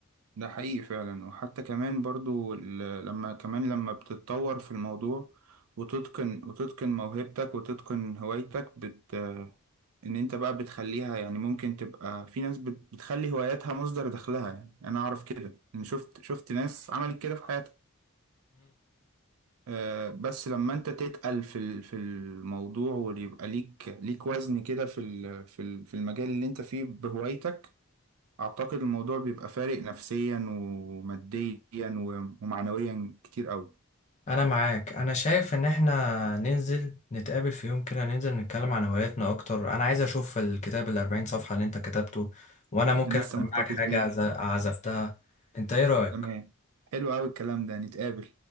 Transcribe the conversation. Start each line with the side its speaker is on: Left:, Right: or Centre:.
Right: ده حقيقي فعلا وحتى كمان برضو ال- لما كمان لما بتتطور في الموضوع وتتقن وتتقن موهبتك وتتقن هوايتك بت إن أنت بقى بتخليها يعني ممكن تبقى في ناس بت- بتخلي هواياتها مصدر دخلها يعني أنا أعرف كده إن شفت شفت ناس عملت كده في حياتها آه، بس لما انت تتقل في ال- في الموضوع ويبقى ليك ليك وزن كده في ال- في ال- في المجال اللي انت فيه بهوايتك اعتقد الموضوع بيبقى فارق نفسيا وماديا و- ومعنويا كتير قوي
Left: انا معاك انا شايف ان احنا ننزل نتقابل في يوم كده ننزل نتكلم عن هواياتنا اكتر انا عايز اشوف الكتاب الاربعين صفحة اللي انت كتبته وانا ممكن
Right: انا
Left: اسمعك
Right: لسه محتفظ
Left: حاجة
Right: بيه
Left: عز- عزفتها انت ايه رأيك
Right: تمام حلو قوي الكلام ده نتقابل